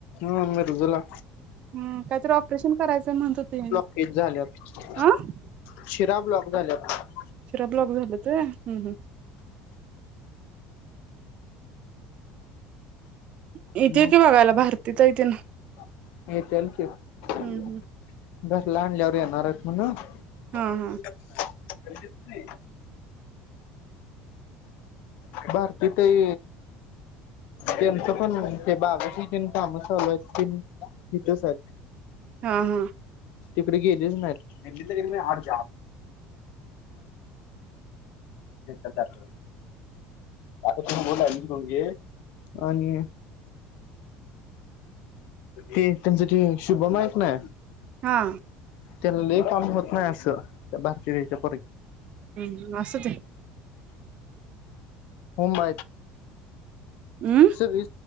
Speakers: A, on the left; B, on the right.
A: हम्म मिरजला
B: हम् काहीतरी ऑपरेशन करायचं म्हणत होते ह्यांनी
A: ब्लॉकेज झाल्यात
B: हं
A: शिरा ब्लॉक झाल्यात
B: शिरा ब्लॉक झालेत ते हम् हम् येत्या
A: मग
B: कि बघायला भारती ताई तेन
A: <unintelligible>
B: हम्म हम्म.
A: घरला आणल्यावर येणार आहेत म्हणं <inaudible>
B: हा हा.
A: कधीच नाही भारती ताई त्यांचं पण ते बागाशी काम चालू आहेत ते इथंच आहेत
B: हा हा
A: तिकडे गेलेच नाहीत <unintelligible> चार आता तुम्ही बोला मी कोून घे आणि ते त्यांच्या शुभम आहेत ना
B: हा
A: त्या काम होत नाही असं त्या भारतीयच्या
B: हम्म आसच ये
A: हो म
B: हम्म
A: सगळी